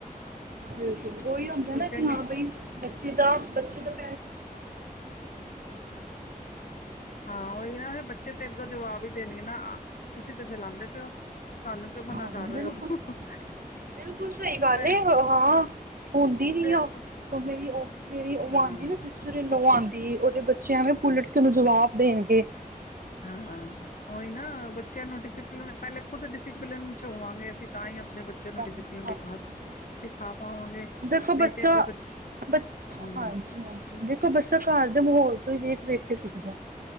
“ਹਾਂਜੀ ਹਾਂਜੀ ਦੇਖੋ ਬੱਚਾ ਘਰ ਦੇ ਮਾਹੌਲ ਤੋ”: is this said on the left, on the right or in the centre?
Right